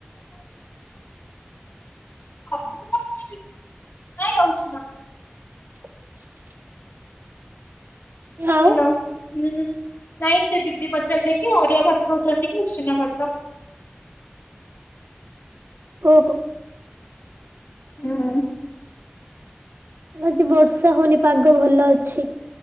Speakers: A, on the left; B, on the right.
A: <unintelligible> ଉଷୁନା
B: <inaudible> ଆଉ
A: ହ୍ୟାଲୋ ହୁଁ ନାଇଁ ସେ ଦିଦି ପଚାରିଲେ କି ଅରୁଆ ଭାତ ଦଉଛନ୍ତି କି ଉଷୁନା ଭାତ।
B: ଓହୋ।
A: ହୁଁ ଉଁ
B: ଆଜି ବର୍ଷା ହଉନି ପାଗ ଭଲ ଅଛି।